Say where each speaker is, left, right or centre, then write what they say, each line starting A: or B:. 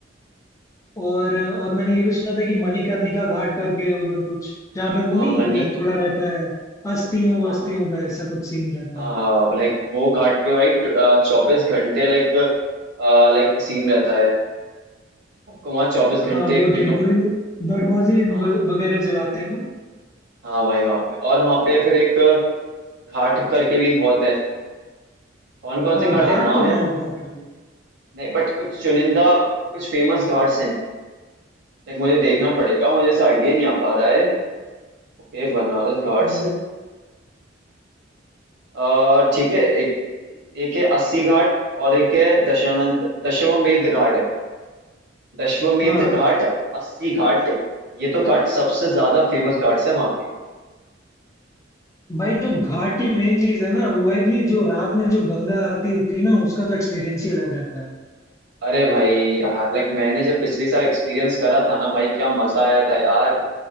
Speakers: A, on the left; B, on the right.
A: और और मैंने ये भी सुना था कि मणिकर्णिका घाट करके है उधर कुछ जहाँ पे वो
B: हाँ
A: नहीं
B: मन्नी
A: थोड़ा रहता है अस्थियों
B: हाँ
A: वस्तियों
B: हाँ
A: का ऐसा कुछ सीन रहता
B: हाँ
A: है
B: हाँ लाइक वो घाट पे भाई चौबीस घंटे लाइक लाइक सीन रहता है आपको वहाँ चौबीस घंटे
A: हाँ वो
B: कुछ
A: डेड
B: ना
A: बॉडी
B: कुछ
A: डेड बॉडी
B: हाँ
A: वगैरह जलाते हैं ना
B: हाँ भाई वहाँ पे और वहाँ पे फिर एक घाट करके भी बहुत है कौन कौन
A: हाँ
B: से घाट
A: घाट
B: है नाम
A: तो
B: याद
A: वहाँ बहुत है
B: नहीं बट कुछ चुनिंदा कुछ फेमस घाट्स हैं लाइक मुझे देखना पड़ेगा मुझे ऐसे आइडिया नहीं आ पा रहा है ओके बनारस घाट्स
A: अ,
B: अ, ठीक है एक एक है अस्सी घाट और एक है दशानंत दशवमेध घाट दशवमेध
A: हाँ
B: घाट अस्सी घाट ये तो घाट सबसे ज्यादा फेमस घाट्स है वहाँ के
A: भाई जो घाट की मेन चीज है ना वो है कि जो रात में जो गंगा आरती होती है ना उसका तो एक्सपीरियंस ही अलग रहता है
B: अरे भाई यार लाइक मैंने जब पिछले साल एक्सपीरियंस करा था ना भाई क्या मजा आया था यार